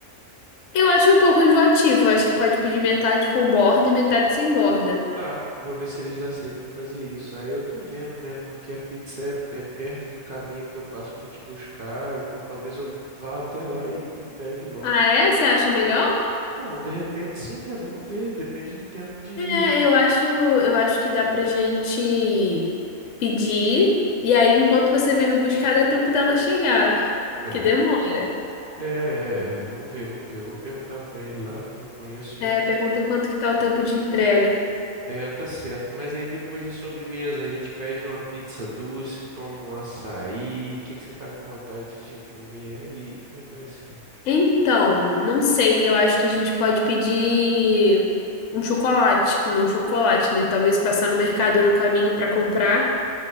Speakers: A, on the left; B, on the right.
A: Eu acho um pouco enjoativo, eu acho que pode pedir metade com borda e metade sem borda.
B: Tá, eu vou ver se eles aceitam fazer isso. Aí eu tô vendo, né? Porque a pizza é, é perto do caminho que eu passo pra te buscar, então talvez eu vá até lá e, e pegue logo.
A: Ah, é? Você acha melhor?
B: Bom, de repente sim, né? Vamos ver, depende do tempo de.
A: É, eu acho, eu acho que dá pra gente pedir, e aí enquanto você vem me buscar, dá tempo dela chegar,
B: É,
A: que demora.
B: é, é, é, vamos ver, vamos ver. Vou perguntar pra ele lá, como eu conheço
A: É,
B: já.
A: pergunta quanto que tá o tempo de entrega.
B: É, tá certo. Mas aí depois de sobremesa, a gente pede uma pizza doce, toma um açaí. O que que você tá com vontade de comer aí? Como é que vai ser?
A: Então, não sei, eu acho que a gente pode pedir um chocolate, comer um chocolate, né? Talvez passar no mercado no caminho para comprar.